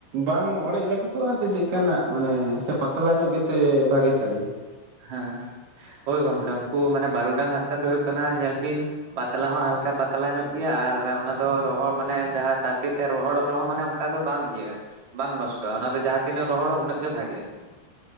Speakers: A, on the right (about 65°); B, on the right (about 50°).
A: ᱵᱟᱝ ᱚᱲᱮᱡ ᱞᱟᱹᱜᱤᱫᱚᱜ-ᱟ, ᱥᱮ ᱪᱮᱫᱠᱟᱱᱟᱜ ᱢᱟᱱᱮ ᱥᱮ ᱯᱟᱛᱞᱟ ᱧᱚᱜ ᱜᱮᱛᱮ ᱵᱷᱟᱜᱤ ᱥᱟᱹᱲᱮᱭᱟ?
B: ᱦᱮᱸ ᱦᱮᱸ ᱦᱳᱭ ᱜᱚᱝᱠᱮ ᱩᱱᱠᱩ ᱢᱟᱱᱮ ᱵᱟᱨᱩᱰᱟᱝ ᱦᱟᱨᱛᱟ ᱫᱚ ᱦᱩᱭᱩᱜ ᱠᱟᱱᱟ ᱧᱮᱞ ᱵᱤᱱ ᱯᱟᱛᱞᱟ ᱦᱚᱸ ᱦᱟᱞᱠᱟ ᱯᱟᱛᱞᱟ ᱧᱚᱜ ᱜᱮᱭᱟ, ᱟᱨ ᱚᱱᱟᱫᱚ ᱨᱚᱦᱚᱲ ᱢᱟᱱᱮ ᱡᱟᱦᱟᱸ ᱛᱟᱥᱮᱛᱮ ᱨᱚᱦᱚᱲᱚᱜ ᱨᱮᱦᱚᱸ ᱢᱟᱱᱮ ᱚᱱᱠᱟ ᱫᱚ ᱵᱟᱝ ᱤᱭᱟᱹᱜ-ᱟ ᱵᱟᱝ ᱱᱚᱥᱴᱚᱜ-ᱟ, ᱚᱱᱟ ᱫᱚ ᱡᱟᱦᱟᱸ ᱛᱤᱱᱟᱹᱜ ᱨᱚᱦᱚᱲᱟ ᱩᱱᱟᱹᱜ ᱜᱮ ᱵᱷᱟᱜᱤᱜ-ᱟ᱾